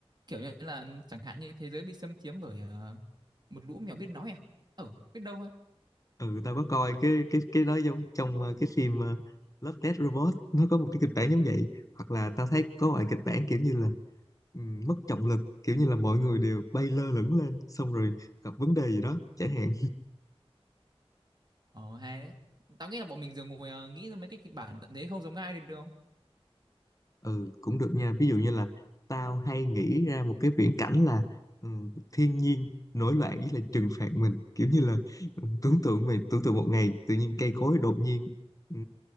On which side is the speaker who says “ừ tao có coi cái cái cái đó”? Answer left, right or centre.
Left